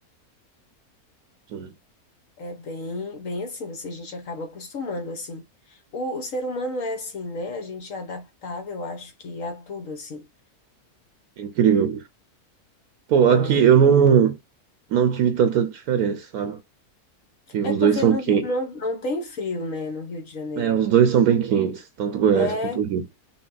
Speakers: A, on the right (about 75°); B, on the left (about 60°).
A: tudo.
B: É bem, bem assim, você, a gente acaba acostumando, assim. O, o ser humano é assim, né? A gente é adaptável, eu acho que a tudo, assim,
A: É incrível. Pô, aqui
B: né?
A: eu não, não tive tanta diferença, sabe? Porque
B: É
A: os dois
B: porque
A: são
B: no
A: quentes.
B: Rio não, não tem frio, né? No Rio de Janeiro.
A: É, os dois são bem quentes, tanto Goiás
B: é
A: quanto o Rio.